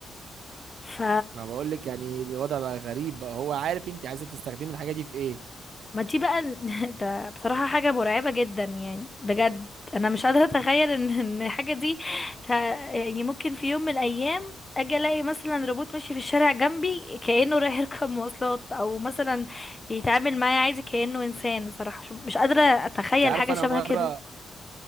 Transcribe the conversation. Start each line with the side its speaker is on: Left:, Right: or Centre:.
Left: ف
Right: ما بقول لك يعني الوضع بقى غريب بقى هو عارف انت عايزه تستخدمي الحاجه دي في ايه
Left: ما دي بقى <laughs> ده بصراحة حاجة مرعبة جدا يعني بجد انا مش قادرة اتخيل ان ان الحاجة دي ت- يعني ممكن في يوم من الايام اجي الاقي مثلا روبوت ماشي في الشارع جنبي كأنه رايح يركب مواصلات او مثلا يتعامل معايا عادي كأنه انسان بصراحة مش مش قادرة اتخيل
Right: انت عارفه
Left: حاجة شبه
Right: انا مره
Left: كده